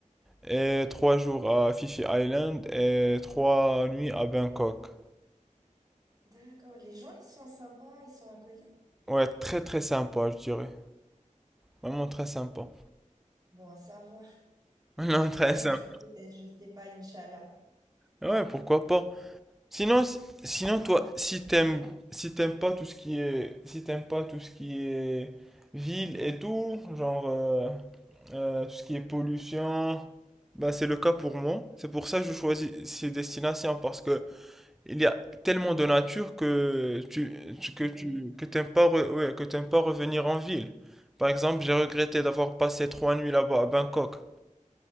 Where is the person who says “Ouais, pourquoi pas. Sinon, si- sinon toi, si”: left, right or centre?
Centre